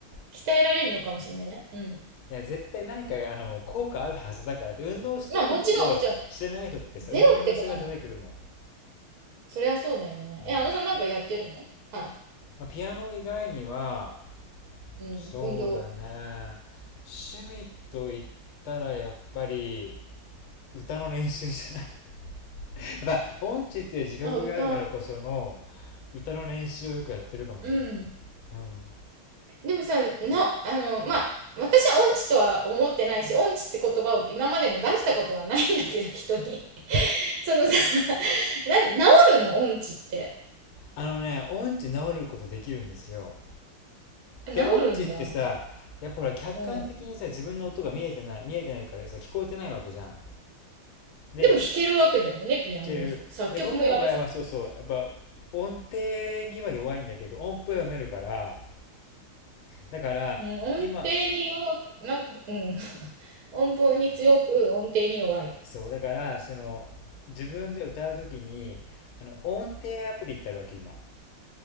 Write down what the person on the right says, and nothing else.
鍛えられるのかもしれないね。うん。
まあ、もちろん、もちろん、ゼロってことはない。
そりゃそうだよね。
え、あのさんなんかやってるのあ、
うん、
運動。
あ、歌。
うん。
でもさ、な、あの、まあ、私は音痴とは思ってないし、音痴って言葉を今までも出したことはないんだけど、人に。そのさ、な、治るの音痴って。
あ、治るんだ。
うん。
でも弾けるわけだよね、ピアノを。
作曲もやるじゃん。
うん、音程に弱く、
なんか、うん。<laughs> 音符に強く、音程に弱い。
うん。